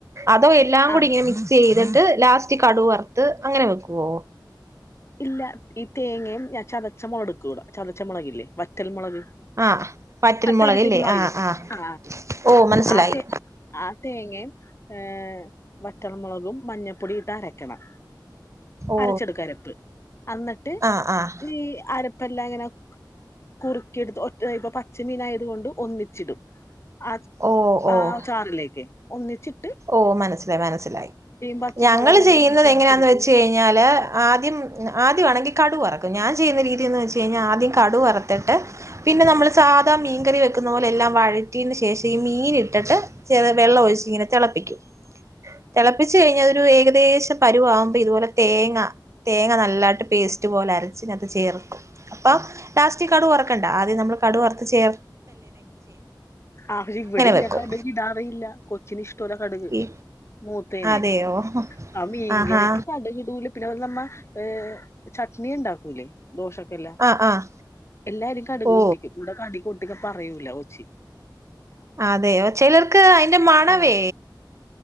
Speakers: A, on the right (about 40°); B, on the left (about 35°).
A: അതോ എല്ലാം കൂടി
B: ആഹ്
A: ഇങ്ങനെ മിക്സ് ചെയ്തിട്ട് ലാസ്റ്റ് കടുവറ ത് അങ്ങനെ വെക്കുവോ
B: ഇല്ല ഈ തേങ്ങയും ഞാൻ ചതച്ച മൊളകെടുക്കുവിടെ ചതച്ച മുളകില്ലേ വറ്റൽമുളക്
A: ആഹ് വറ്റൽ
B: ആ തരി
A: മുളകല്ലേ
B: തരി മൊളകില്ലേ
A: ആഹ് ആഹ്
B: ആ
A: ഓ മനസ്സിലായി
B: ആ തെര് ആ തേങേം ഏഹ് വറ്റൽമുളകും മഞ്ഞപ്പൊടിയും ഇട്ട് അരക്കണം
A: ഓ
B: അരച്ചെടുക്ക അരപ്പ് അന്നിട്ട്
A: ആഹ് ആഹ്
B: ഈ ആരപ്പല്ലാം ഇങ്ങനെ കുറുക്കിടുത്ത് ഒറ്റ ഇപ്പൊ പച്ച മീനായത് കൊണ്ട് ഒന്നിച്ചിടും അത്
A: ഓ
B: ആ
A: ഓ
B: ചാറിലേക്ക് ഒന്നിച്ചിട്
A: ഓ മനസ്സിലായി മനസ്സിലായി
B: പച്ചമുളകും
A: ഞങ്ങള്
B: എല്ലാം
A: ചെയ്യുന്നത്
B: ഇഞ്ചി ചതച്ചെടുത്ത്
A: എങ്ങനാന്ന് വെച്ച് കഴിഞ്ഞാല് ആദ്യം ആദ്യം ആണെങ്കിൽ കടു വറക്കും ഞാൻ ചെയ്യുന്ന രീതിയന്ന് വെച്ച് കഴിഞ്ഞാ ആദ്യം കടു വറത്തിട്ട് പിന്നെ നമ്മൾ സാധാ മീൻകറി വെക്കുന്ന പോലെല്ലാം വഴറ്റിയേന് ശേഷം ഈ മീൻ ഇട്ടിട്ട് ചെ വെള്ളം ഒഴിച്ചിങ്ങനെ ഇങ്ങനെ തെളപ് പ്പിക്കും തിളപ്പിച്ച് കഴിഞ്ഞ അതൊരു ഏകദേശം പരുവാകുമ്പോ ഇതുപോലെ തേങ്ങ തേങ്ങ നല്ലായിട്ട് പേസ്റ്റ് പോലെ അരച്ച് ഈനാത്ത് ചേർക്കും അപ്പൊ ലാസ്റ്റിൽ കടു വറുക്കണ്ട ആദ്യം നമ്മൾ കടു വറത്ത് ചേർ
B: ആ പക്ഷെ ഇവിടെ ഇല്ലെ
A: വെക്കും
B: കടുകിടാറേയില്ല കൊച്ചിന് ഇഷ്ട ഷ്ട്ടോല്ല കടുക്
A: ഈ
B: മൂത് ത്തേന്
A: അതെയോ
B: ആ മീൻ
A: ആഹാ
B: കറിക്ക് കടുകിടൂ പിന്നെ നമ്മ ഏഹ് ചട്നി ഇണ്ടാക്കൂലേ ദോഷൊക്കല്ലെ
A: ആഹ് ആഹ്
B: എല്ലാരും കടുക്
A: ഓ
B: പൊട്ടിക്കും ഇവിടെ കടുക് പൊട്ടി <unintelligible> അറിയൂല ഒച്ചി
A: അതെയോ ചിലർക്ക് അയിൻ്റെ മണവേ
B: ആഹ്